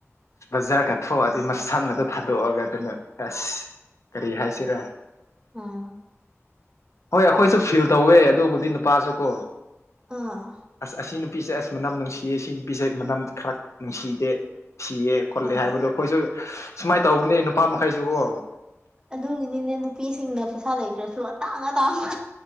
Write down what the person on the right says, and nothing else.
ꯑꯥ
ꯑꯥ
ꯑꯥ
ꯑꯗꯨꯒꯤꯅꯤꯅꯦ ꯅꯨꯄꯤꯁꯤꯡꯅ ꯄꯩꯁꯥ ꯂꯩꯇ꯭ꯔꯁꯨ ꯑꯇꯥꯡ ꯑꯇꯥꯡꯕ